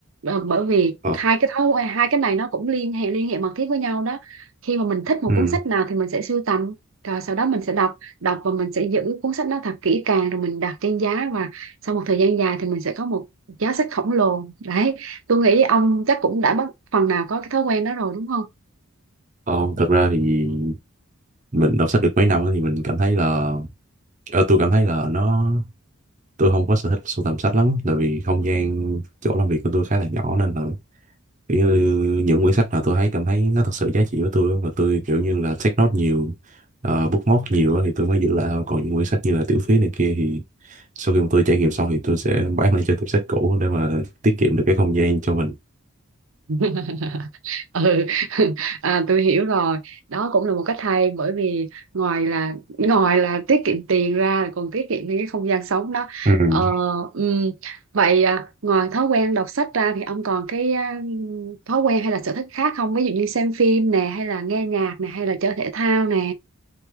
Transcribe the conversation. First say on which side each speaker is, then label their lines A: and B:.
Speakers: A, on the right; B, on the right.
A: Ờ, bởi vì
B: ờ
A: hai cái thói quen hai cái này nó cũng liên hệ liên hệ mật thiết với nhau đó khi mà mình thích một
B: ừ
A: cuốn sách nào thì mình sẽ sưu tầm rồi sau đó mình sẽ đọc đọc và mình sẽ giữ cuốn sách đó thật kỹ càng rồi mình đặt trên giá và sau một thời gian dài thì mình sẽ có một giá sách khổng lồ đấy tôi nghĩ ông chắc cũng đã bắt phần nào có cái thói quen đó rồi đúng không
B: ờ không, thật ra thì mình đọc sách được mấy năm á thì mình cảm thấy là ờ, tôi cảm thấy là nó tôi không có sở thích sưu tầm sách lắm tại vì không gian chỗ làm việc của tôi khá là nhỏ nên là kiểu như những quyển sách nào tôi thấy cảm thấy nó thật sự giá trị với tôi á, và tôi kiểu như là take note nhiều ờ, bookmark nhiều á thì tôi mới giữ lại thôi còn những quyển sách như là tiểu thuyết này kia thì sau khi mà tôi trải nghiệm xong thì tôi sẽ bán lại cho tiệm sách cũ để mà tiết kiệm được cái không gian cho mình
A: <laughs> ừ <laughs> à, tôi hiểu rồi đó cũng là một cách hay bởi vì ngoài là ngoài là tiết kiệm tiền ra là còn tiết kiệm những cái không gian sống đó
B: Ừ.
A: ờ, ừm, vậy à, ngoài thói quen đọc sách ra thì ông còn cái à, thói quen hay là sở thích khác không ví dụ như xem phim nè hay là nghe nhạc nè hay là chơi thể thao nè